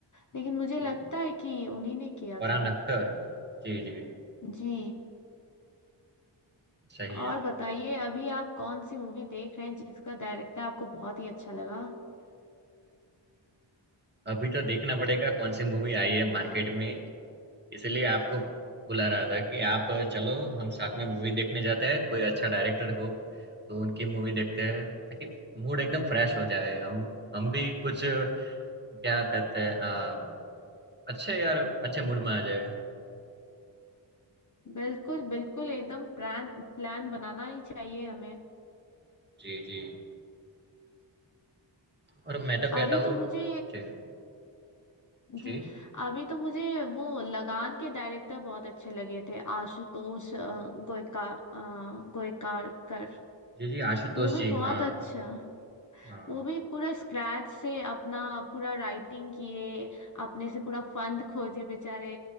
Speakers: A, on the left; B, on the right.
A: लेकिन मुझे
B: जी
A: लगता है कि उन्हीं ने किया
B: फरहान
A: था
B: अख्तर जी जी
A: जी
B: सही है
A: और बताइए अभी आप कौन सी मूवी देख रहे हैं जिसका डायरेक्टर आपको बहुत ही अच्छा लगा
B: अभी तो देखना पड़ेगा कौन सी मूवी आई है मार्केट में इसीलिए आपको बुला रहा था कि आप चलो हम साथ में मूवी देखने जाते हैं कोई अच्छा डायरेक्टर हो तो उनकी मूवी देखते हैं ताकि मूड एकदम फ्रेश हो जाए हम हम भी कुछ क्या कहते हैं अ, अच्छे यार अच्छे मूड में आ जाए
A: बिल्कुल बिल्कुल एकदम प्लान प्लान बनाना ही चाहिए हमें
B: जी जी और मैं तो कहता
A: अभी तो
B: हूँ
A: मुझे
B: जी जी
A: जी अभी तो मुझे वो लगान के डायरेक्टर बहुत अच्छे लगे थे आशुतोष अ, गोयका अ, गोयकार कर
B: जी जी आशुतोष
A: वो भी
B: जी
A: बहुत
B: हाँ
A: अच्छा
B: हाँ
A: वो भी पूरा स्क्रैच से अपना पूरा राइटिंग किए अपने से पूरा फंड खोजे बेचारे